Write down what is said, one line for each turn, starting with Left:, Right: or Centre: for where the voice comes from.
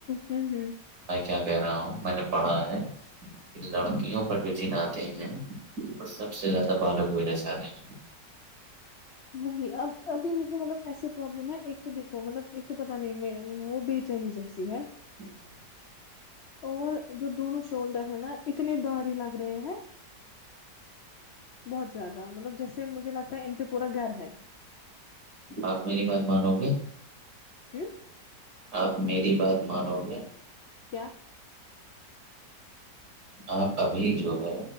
Left: ہ
Right: میں کیا کہہ رہا ہوں میں نے پڑھا ہے لڑکیوں پر جو جن آتے ہیں وہ سب سے زیادہ بالوں کی وجہ سے آتے ہیں
Left: وہی اب ابھی مجھے مطلب ایس پرابلم ہے ایک تو دیکھو مطلب ایک تو پتا نہیں میں وہ چنی جیسیحت
Right: ہاں
Left: اور جو دونوں شولڈر ہیں نا اتنے باری لگ رہے ہیں بہت زیادہ مطلب جیسے مجھے لگتا ہے ان پہ پورا گھر ہے
Right: آپ میری بات مانو گے
Left: ہ <inaudible>
Right: آپ میری بات مانو گے
Left: کیا
Right: آپ ابھی جو ہے